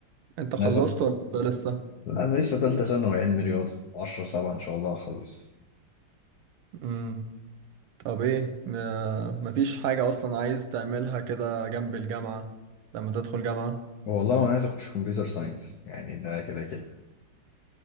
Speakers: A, on the right; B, on the left.
A: انت خلصت
B: عايز-
A: ولا لسه
B: انا لسه تالتة ثانوي علمي رياضة 10 7 ان شاء الله اخلص
A: امم طب ايه ما... مفيش حاجه اصلا عايز تعملها كده جنب الجامعه لما تدخل جامعه
B: والله انا عايز اخش كمبيوتر ساينس يعني ده كده كده